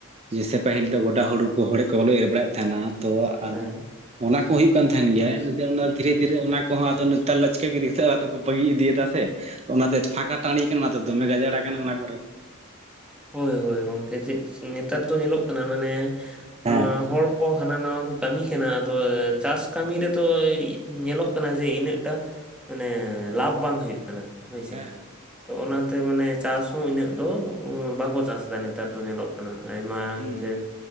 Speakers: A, on the right; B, in the centre.
A: ᱡᱮᱥᱮ ᱯᱟᱹᱦᱤᱞ ᱫᱚ ᱜᱚᱰᱟ ᱦᱩᱲᱩ ᱠᱚ ᱦᱚᱲᱮᱜ ᱠᱚ ᱵᱟᱞᱮ ᱮᱨ ᱵᱟᱲᱟᱭᱮᱫ ᱛᱟᱦᱮᱸᱱᱟ ᱛᱚ ᱟᱢ
B: ᱦᱮᱸ
A: ᱚᱱᱟ ᱠᱚᱦᱚᱸ ᱦᱩᱭᱩᱜ ᱠᱟᱱ ᱛᱟᱦᱮᱸᱱ ᱜᱮᱭᱟ, <unintelligible> ᱫᱷᱤᱨᱮ ᱫᱷᱤᱨᱮ ᱚᱱᱟ ᱠᱚᱦᱚᱸ ᱟᱫᱚ ᱱᱮᱛᱟᱨ ᱞᱟᱹᱪᱠᱟᱹ ᱜᱮ ᱤᱫᱤ ᱠᱟᱛᱮᱜ ᱟᱫᱚ ᱠᱚ ᱵᱟᱹᱜᱤ ᱤᱫᱤᱭᱟᱫᱟᱜᱼᱟ ᱥᱮ᱾ ᱚᱱᱟᱛᱮᱫ ᱯᱷᱟᱸᱠᱟ ᱴᱟᱺᱰᱤ ᱠᱟᱱᱟ ᱚᱱᱟᱛᱮ ᱫᱚᱢᱮ ᱜᱟᱡᱟᱲ ᱟᱠᱟᱱᱟ ᱚᱱᱟ ᱠᱚᱨᱮ᱾
B: ᱦᱳᱭ ᱦᱳᱭ ᱜᱚᱝᱠᱮ ᱪᱮᱫᱥ ᱮᱸ ᱱᱮᱛᱟᱨ ᱫᱚ ᱧᱮᱞᱚᱜ ᱠᱟᱱᱟ ᱢᱟᱱᱮ
A: ᱦᱮᱸ
B: ᱟᱸ ᱦᱚᱲ ᱠᱚ ᱦᱟᱱᱟ ᱱᱟᱣᱟ ᱠᱚ ᱠᱟᱹᱢᱤ ᱠᱟᱱᱟ, ᱟᱫᱚᱭ ᱪᱟᱥ ᱠᱟᱹᱢᱤ ᱨᱮᱫᱚᱭ ᱧᱮᱞᱚᱜ ᱠᱟᱱᱟ ᱡᱮ ᱤᱱᱟᱹᱜ ᱴᱟ, ᱢᱟᱱᱮᱻ ᱞᱟᱵᱷ ᱵᱟᱝ ᱦᱩᱭᱩᱜ ᱠᱟᱱᱟ᱾ ᱦᱳᱭ ᱥᱮ,
A: ᱦᱮᱸ ᱦᱮᱸ
B: ᱛᱚ ᱚᱱᱟᱛᱮ ᱢᱟᱱᱮ ᱪᱟᱥ ᱦᱚᱸ ᱤᱱᱟᱹᱜ ᱫᱚ ᱩᱸ ᱵᱟᱠᱚ ᱪᱟᱥ ᱮᱫᱟ ᱱᱮᱛᱟᱨ ᱫᱚ ᱧᱮᱞᱚᱜ ᱟᱭᱢᱟ
A: ᱦᱩᱸ
B: ᱤᱱᱠᱟᱹ